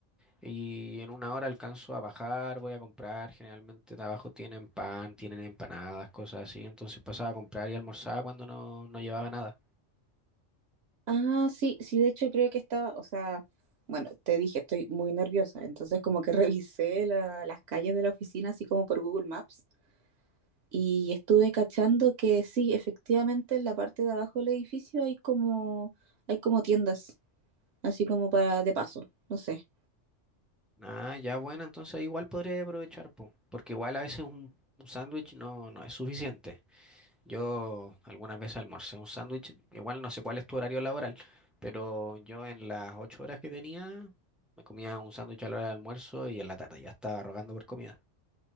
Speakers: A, in the centre; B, on the right.
A: Y en una hora alcanzo a bajar, voy a comprar. Generalmente de abajo tienen pan, tienen empanadas, cosas así. Entonces pasaba a comprar y almorzaba cuando no, no llevaba nada.
B: Ah, sí, sí, de hecho creo que estaba, o sea, bueno, te dije, estoy muy nerviosa, entonces como que <laughs> revisé la- las calles de la oficina así como por Google Maps Y estuve cachando que sí, efectivamente en la parte de abajo del edificio hay como, hay como tiendas, así como para de paso, no sé.
A: Ah, ya bueno, entonces ahí igual podría aprovechar, po, porque igual a veces un, un sándwich no, no es suficiente. Yo algunas veces almorcé un sándwich, igual no sé cuál es tu horario laboral, pero yo en las ocho horas que tenía me comía un sándwich a la hora del almuerzo y en la tarde ya estaba rogando por comida.